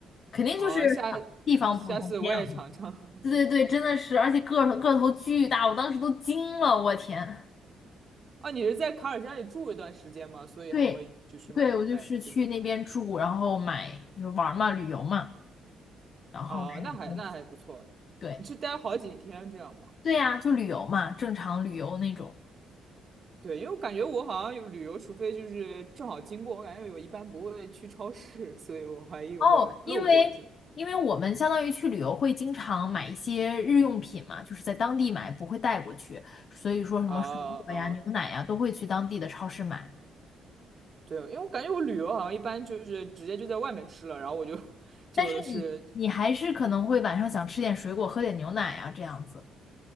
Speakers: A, on the left; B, on the right.
A: 肯定就是
B: 啊，下下次我也尝尝。
A: 地方不同这样，培养对对对，
B: <laughs>
A: 真的是，而且个头个头巨大，我当时都惊了，我天。
B: 啊，你是在卡尔加里住一段时间吗？所以还会就是卖卖这个
A: 对，对，我就是去那边住，然后买就是玩儿嘛，旅游嘛，然后买点东西。
B: 哦，那还那还不错。
A: 对，
B: 你是待好几天这样吗？
A: 对呀，就旅游嘛，正常旅游那种。
B: 对，因为我感觉我好像有旅游，除非就是正好经过，我感觉我一般不会去超市，所以我怀疑我会漏过一些。
A: 哦，因为因为我们相当于去旅游会经常买一些日用品嘛，就是在当地买，不会带过去，所以说什么水果呀、
B: 啊、
A: 牛奶呀都会去当地的超市买。
B: 对，因为我感觉我旅游好像一般就是直接就在外面吃了，然后我就 <laughs> 就是，
A: 但是你你还是可能会晚上想吃点水果，喝点牛奶啊这样子，